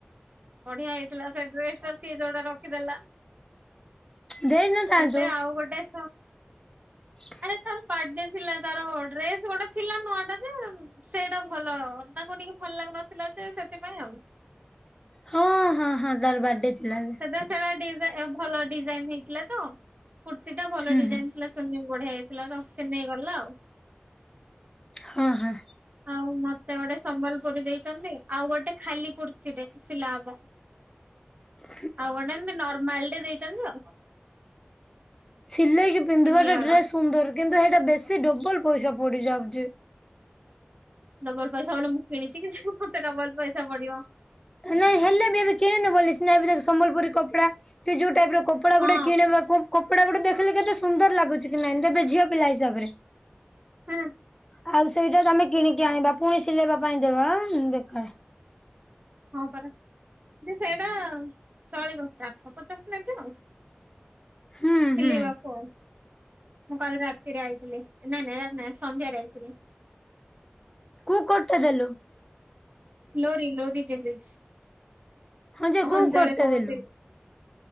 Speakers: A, on the right; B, on the left.
A: ବଢିଆ ହେଇଥିଲା ସେ ଡ୍ରେସ ଟା ସିଏ ଯୋଉଟା ରଖିଦେଲା।
B: ଦେଇନଥାନ୍ତୁ।
A: ଏବେ ଆଉ ଗୋଟେ।
B: ହଁ।
A: ଆରେ ତାର ବାର୍ଥଡେ ଥିଲା ତାର ଡ୍ରେସ ଗୋଟେ ଥିଲା ନୁଆଟା ଯେଉ। ସେଇଟା ଭଲ ତାଙ୍କୁ ଟିକେ ଭଲ ଲାଗୁନଥିଲା ଯେ ସେଥିପାଇଁ ଆଉ।
B: ହଁ ହଁ ହଁ ତାର ବାର୍ଥଡେ ଥିଲା ଏବେ।
A: ସାରା ଡି ଭଲ ଡିଜାଇନ ହେଇଥିଲା ତ କୃତ୍ତିଟା ଭଲ
B: ହୁଁ
A: ଡିଜାଇନ ଥିଲା। ଚୁନି ବି ବଢିଆ ହେଇଥିଲା ତ ସ ନେଇେଇ ଗଲା ଆଉ।
B: ହଁ ହଁ।
A: ଆଉ ମତେ ଗୋଟେ ସମ୍ବଲପୁରୀ ଦେଇଛନ୍ତି ଆଉ ଗୋଟେ ଖାଲି କୃତିଟେ ସିଲା ହବ।
B: ହ।
A: ଆଉ ଗୋଟେ ଏମତି ନର୍ମାଲ ଟେ ଦେଇଛନ୍ତି ଆଉ।
B: ସିଲେଇକି ପିନ୍ଧିବାଟା
A: ତିନି ହଳ
B: ଡ୍ରେସ ସୁନ୍ଦର କିନ୍ତୁ ସେଇଟା ବେଶୀ ଡବଲ ପଇସା ପଡିଯାଉଛି।
A: ଡବଲ ପଇସା ବଲେ ମୁଁ କିଣିଛି କିଛି ମୋତେ ଡବଲ ପଇସା ପଡିବ।
B: ନାଇଁ ହେଲେ ବି ଏବେ କିଣିନୁ ବୋଲି ସିନା ଏବେ ଦେଖ୍ ସମ୍ବଲପୁରୀ କପଡା। କି ଯୋଉ ଟାଇପ ର କପଡା
A: ହଁ
B: ଗୁଡା କିଣିବାକୁ। କପଡା ଗୁଟେ ଦେଖିଲେ କେତେ ସୁନ୍ଦର ଲାଗୁଛି କି ନାଇ ତେବେ ଝିଅ ପିଲା ହିସାବରେ।
A: ହୁଁ।
B: ଆଉ ସେଇଟା ତମେ କିଣିକି ଆଣିବା ପୁଣି ସିଲେଇବା ପାଇଁ ଦବା ଉଁ ବେକାର।
A: ହଁ ପରା। କିନ୍ତୁ ସେଇଟା ଚଳିବ ଆଠଶହ ପଚାଶ ନେବେ ଆଉ।
B: ହୁଁ
A: ସିଲେଇବାକୁ
B: ହୁଁ
A: ଆଉ। ମୁଁ କାଲି ରାତିରେ ଆଇଥିଲି ନାଇଁ ନାଇଁ ନାଇଁ ସନ୍ଧ୍ୟାରେ ଆଇଥିଲି।
B: କୁ କଟ୍ ଟା ଦେଲୁ।
A: ଲୋରି ଲୋରି ଦେ ଦେଇଛି
B: ହଁ ଯେ କୋଉ
A: ଅଞ୍ଜଳି
B: କୋଟ ଟା
A: କହୁଥିଲି।
B: ଦେଲୁ?